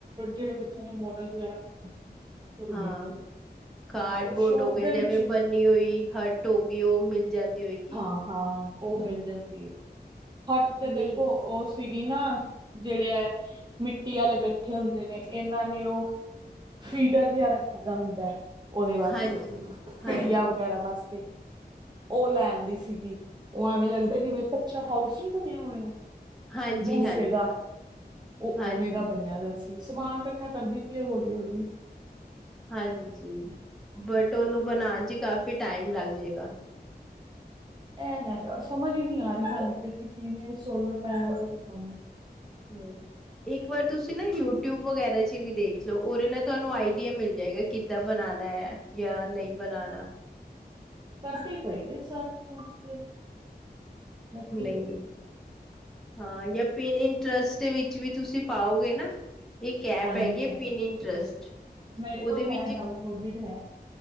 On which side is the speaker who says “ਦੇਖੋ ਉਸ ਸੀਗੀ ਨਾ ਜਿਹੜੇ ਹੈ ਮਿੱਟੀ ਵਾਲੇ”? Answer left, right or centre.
Right